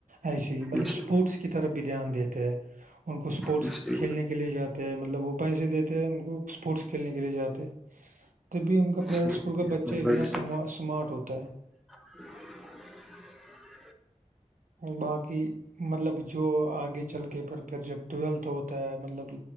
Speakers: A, on the right (about 80°); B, in the centre.
A: ایسی ہی مطلب
B: جی
A: اسپورٹس کی طرف بھی دھیان دیتے ہیں ان کو اسپورٹس
B: جی
A: کھیلنے کے لیے جاتے ہیں مطلب وہ پیسے دیتے ہیں ان کو اسپورٹس کھیلنے کے لیے جاتے تبھی ان کا پرائیویٹ
B: جی
A: اسکول
B: بالکل
A: کا بچہ اتنا
B: بھائی جی
A: سمارٹ ہوتا ہے
B: <unintelligible>
A: باقی مطلب جو آگے چل کے پر پھر جب ٹویلتھ ہوتا ہے مطلب